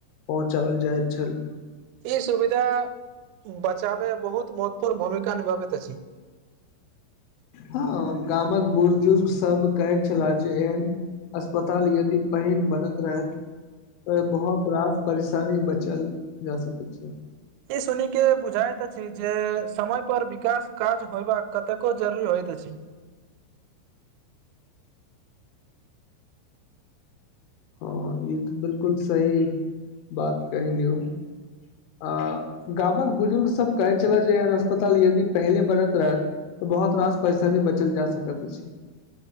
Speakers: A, on the left; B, on the right.
A: पहुँचाओल जाइत छल
B: ई सुविधा बचाबे बहुत महत्वपूर्ण भूमिका निभाबैत अछि
A: हँ गामक बुजुर्ग सब कहैत छलाह जे एहन अस्पताल यदि पहिन बनैत रहैत बहुत रास परेशानी बचल जा सकै छय
B: ई सुन के बुझइत अछि जे समय पर विकास काज होयबाका कतेको जरूरी होयत अछि
A: हँ ई तऽ बिल्कुल सही बात कहिलियौ अ गामक बुजुर्गसब कहैत छले जे एहन अस्पताल यदि पहिले बनैत रहथि तऽ बहुत रास परैेशानी बचल जा सकैत अछि